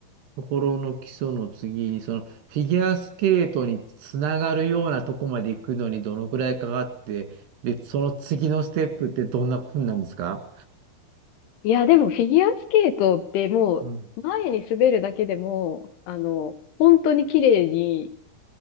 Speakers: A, on the right; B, on the left.
A: ところの基礎の次に、その、フィギュアスケートにつながるようなとこまで行くのにどのくらいかかって、で、その次のステップってどんなふうなんですか
B: いや、でもフィギュアスケートってもう前に滑るだけでも、
A: うん、
B: あの、本当に綺麗に